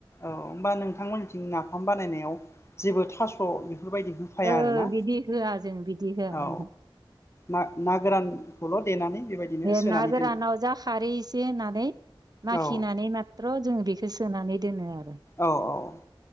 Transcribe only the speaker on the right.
ओ
बिदि होआ जों बिदि होआ
ए
ना गोरानाव
जा खारै एसे होनानै माखिनानै
माथ र' जोङो बेखौ सोनानै दोनो आरो।